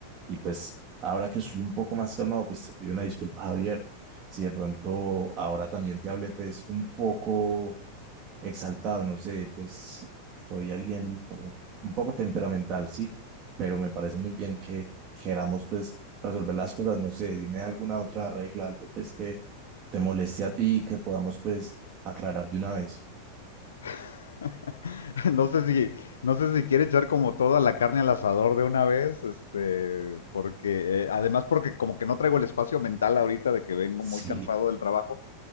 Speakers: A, on the right; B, on the left.
A: Y pues ahora que soy un poco más calmado, pues te pido una disculpa, Javier. Si de pronto ahora también te hablé pues un poco exaltado, no sé, pues soy alguien como un poco temperamental, sí, pero me parece muy bien que queramos pues resolver las cosas, no sé, dime alguna otra regla, algo pues que te moleste a ti y que podamos pues aclarar de una vez.
B: <laughs> no sé si, no sé si quiere echar como toda la carne al asador de una vez, este, porque, eh, además porque como que no traigo el espacio mental ahorita de que vengo
A: Sí,
B: muy cansado del trabajo,